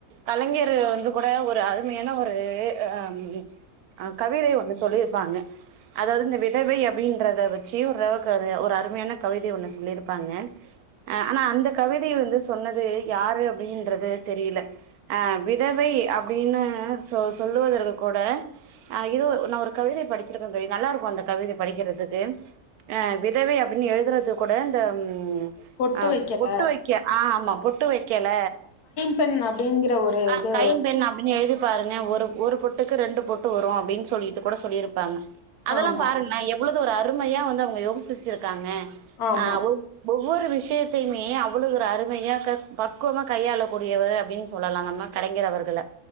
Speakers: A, on the right; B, on the left.
A: கலைஞரு வந்து கூட ஒரு அரு மையான ஒரு அம் அ கவிதை ஒண்ணு சொல்லிருப்பாங்க அதாவ்து இந்த விதவை அப்பிடின்றத வெச்சி ஓருளவுக்கு ஒரு அருமையான கவிதை ஒண்ணு சொல்லிருப்பாங்க அ அனா அந்த கவிதை வந்து சொன்னது யாரு அப்பிடின்றது தெரிய்ல அ விதவை அப்பிடின்னு சொ சொல்லுவதற்கு கூட அ இதோ ஒ நா ஒரு கவிதை படிச்சிருக்கே தோழி நல்லாருக்கு அந்த கவிதை படிக்கிறதுக்கு அ விதவை அப்பின் எழுதுறதுக் கொட இந்த ம்
B: பொட்டு
A: அ
B: வைக்கல
A: பொட்டு வக்க அ ஆம்மா பொட்டு வக்கல
B: ப்பென்னப் டிங்கிற ஒரு
A: அ
B: இது
A: கைம் பெண் அப் பின் எழுதிப் பாருங்க ஒரு ஒரு பொட்டுக்கு ரெண்டு பொட்டு வரு அப்டின் சொல்லிட்டுக் கொட சொல்லிருப்பாங்க அதலாம்
B: ஆமா
A: பாருங்கள எவ்வளது ஒரு அருமையா வந்து அவுங்க யோசிச்சிருக்காங்க
B: ஆமா
A: அ ஒவ் ஒவ்வொரு விஷயத்தையுமே அவ்வளவு ஒரு அருமையா க பக்குவமா கையாளக்கூடியவர் அப்டின் சொல்லலா நம்ம கலைஞர் அவர்கள